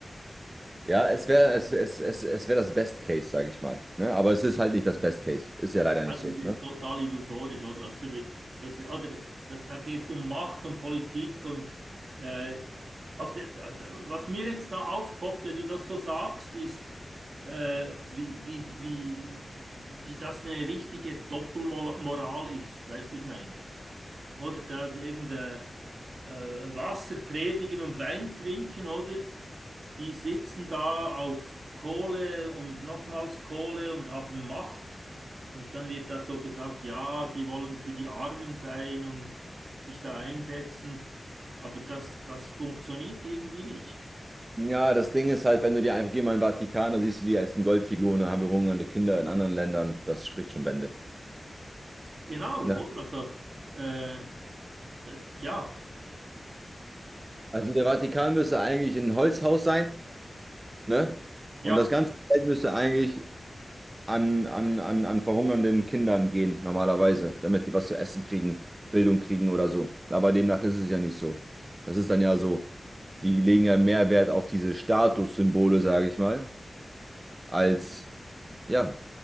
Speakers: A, on the right (about 30°); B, on the right (about 75°).
A: Ja, es wäre es, es, es, es wär das Best Case, sage ich mal. Ne? Aber es ist halt nicht das Best Case. Ist ja leider
B: Also
A: nicht so.
B: es ist
A: Ne?
B: total illusorisch, oder? Also wie, das, oder das, da geht es um Macht und Politik und äh, auf der, da- da- was mir jetzt da aufpoppt, wenn du das so sagst, ist, äh, wie, wie, wie, wie das eine richtige Doppelmoral ist, weißt du, ich meine. Oder da eben der, äh, Wasser predigen und Wein trinken, oder? Die sitzen da auf Kohle und nochmals Kohle und haben Macht. Und dann wird da so gesagt, ja, sie wollen für die Armen sein und sich da einsetzen. Aber das, das funktioniert irgendwie nicht.
A: Ja, das Ding ist halt, wenn du dir einfach geh mal in den Vatikan, da siehst du die ersten Goldfiguren, dann haben wir hungernde Kinder in anderen Ländern. Das spricht schon Bände.
B: Genau,
A: Ne?
B: oder? Also, äh, d- ja,
A: Also der Vatikan müsste eigentlich ein Holzhaus sein, ne?
B: ja.
A: Und das ganze Feld müsste eigentlich an, an, an, an verhungernden Kindern gehen, normalerweise, damit die was zu essen kriegen, Bildung kriegen oder so. Aber demnach ist es ja nicht so. Das ist dann ja so, die legen ja mehr Wert auf diese Statussymbole, sage ich mal, als, ja,